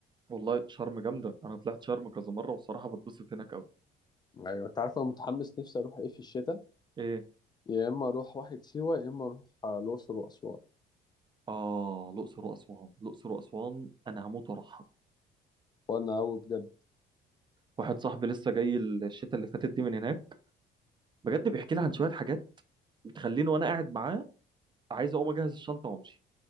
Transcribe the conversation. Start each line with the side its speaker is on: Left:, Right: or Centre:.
Right: والله شرم جامده انا طلعت شرم كذا مره والصراحه بتبسط هناك قوي
Left: ايوه انت عارف انا متحمس نفسي اروح ايه في الشتاء
Right: ايه
Left: يا اما اروح واحد سيوه يا اما اروح آه، الاقصر واسوان
Right: اه الاقصر واسوان الاقصر واسوان انا هموت واروحها
Left: وانا قوي بجد
Right: واحد صاحبي لسه جاي الشتاء اللي فاتت دي من هناك بجد بيحكي لي عن شويه حاجات بتخليني وانا قاعد معاه عايز اقوم اجهز الشنطه وامشي